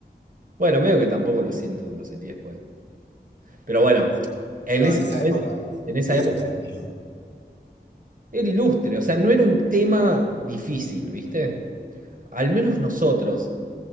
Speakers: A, on the right; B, on the left.
A: Bueno, medio que tampoco lo siento, lo sentí después. Pero bueno,
B: no.
A: en
B: No,
A: ese
B: en esa
A: momento,
B: época,
A: en esa
B: lustre,
A: época,
B: amigo.
A: era ilustre, o sea, no era un tema difícil, ¿viste? Al menos nosotros.